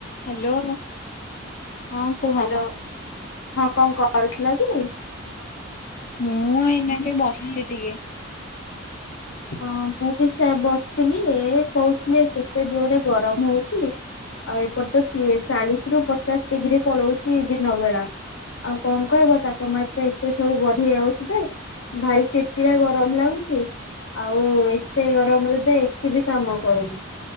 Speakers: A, on the left; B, on the left.
A: ହ୍ୟାଲୋ ହଁ କୁହ।
B: ହ୍ୟାଲୋ ହଁ କଣ କରୁଥିଲ କି?
A: ମୁଁ ଏଇନାକେ ବସିଚି ଟିକେ।
B: ହଁ ମୁଁ ବି ସେ ବସିଥିଲି ଏ କହୁଥିଲେ କେତେ ଜୋରେ ଗରମ ହଉଚି। ଆଉ ଏପଟେ ତ ତି ଚାଳିଶ ରୁ ପଚାଶ ଡିଗ୍ରୀ ପଳଉଚି ଦିନ ବେଳା। ଆଉ କଣ କହିବ ତାପମାତ୍ରା ଏତେ ସବୁ ବଢି ଯାଉଚି ଯେ ଭାରି ଚିଡ଼ଚିଡା ଗରମ ଲାଗୁଚି। ଆଉ ଏତେ ଗରମରେ ତେ ଏସି ବି କାମ କରୁନି।